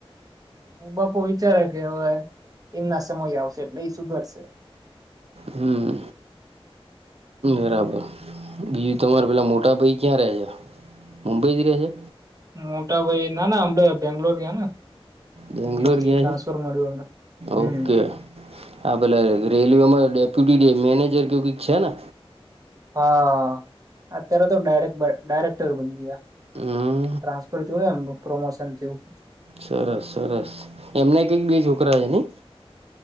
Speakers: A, on the right; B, on the right.
A: હું બાપુ વિચારે કે હવે એમના સમય આવશે એટલે એ સુધરશે
B: હમ્મ બરાબર. બીજું તમારે પેલા મોટા ભાઈ ક્યાં ર છે મુંબઈ રહે છે
A: મોટા ભાઈ ના ના અમડ બેંગ્લોર ગયા ને
B: બેંગ્લોર
A: મુંબઈ થી
B: ગયા
A: ટ્રાન્સફર
B: છે
A: મળ્યું એમને હમ્મ.
B: ઓકે હા પેલા રેલવેમાં ડેપ્યુટી મેનેજર કે કઈક છે ને.
A: હા અત્યારે તો ડરેક્ટ ડાયરેક્ટર બની ગયા.
B: હમ્મ.
A: ટ્રાન્સફર થયું ને એમનું પ્રમોશન થયું.
B: સરસ સરસ એમના કઈક બે છોકરા છે ને.